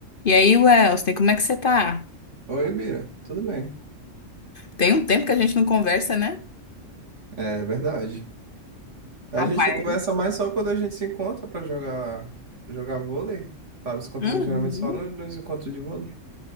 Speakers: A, on the left; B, on the right.
A: E aí, Welston, como é que você tá?
B: Oi, Bia, tudo bem?
A: Tem um tempo que a gente não conversa, né?
B: É verdade. A
A: Rapaz.
B: gente conversa mais só quando a gente se encontra pra jogar jogar vôlei. Tava se encontrando
A: Uhum.
B: geralmente só no- nos encontros de vôlei.